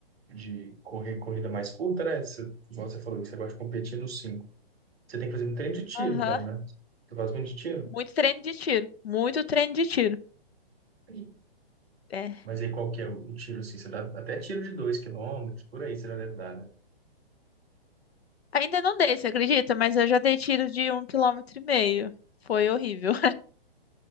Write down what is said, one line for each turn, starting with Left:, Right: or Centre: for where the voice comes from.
Centre: de correr corrida mais curta, né? Você, igual você falou, que você gosta de competir nos 5. Você tem que fazer muito treino de tiro,
Left: Aham.
Centre: então, né? Você faz muito de tiro?
Left: Muito treino de tiro. Muito treino de tiro.
Centre: Sim.
Left: É.
Centre: Mas aí qual que é o, o tiro, assim? Você dá até tiro de 2 quilômetros por aí você já deve dar, né?
Left: Ainda não dei, você acredita? Mas eu já dei tiro de um quilômetro e meio. Foi horrível.